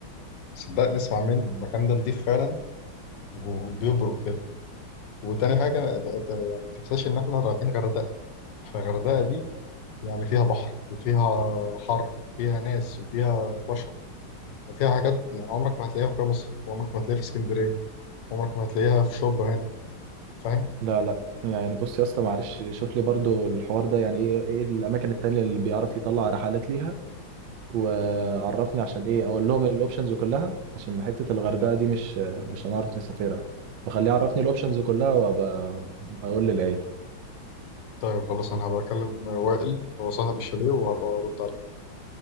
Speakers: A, on the left (about 65°); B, on the right (about 70°).
A: صدقني اسمع مني المكان ده نضيف فعلا وبيبرق كده وتاني حاجه انت أنت يعني ما تنساش ان احنا رايحين غردقه فغردقه دي يعني فيها بحر وفيها حر وفيها ناس وفيها بشر وفيها حاجات يعني عمرك ما هتلاقيها في جمصة وعمرك ما هتلاقيها في اسكندريه عمرك ما هتلاقيها في شبرا هنا فاهم
B: لا لا يعني بص يا اسطى معلش شوف لي برضو الحوار ده يعني ايه ايه الاماكن التانية اللي بيعرف يطلع رحلات ليها وعرفني عشان ايه اقول لهم الاوبشنز كلها عشان حتة الغردقة دي مش مش هنعرف نسافرها فخليه يعرفني الاوبشنز كلها وابقى اقول للعيال
A: طيب خلاص انا هبقى اكلم وائل اللي هو صاحب الشاليه وهبقى ارد عليك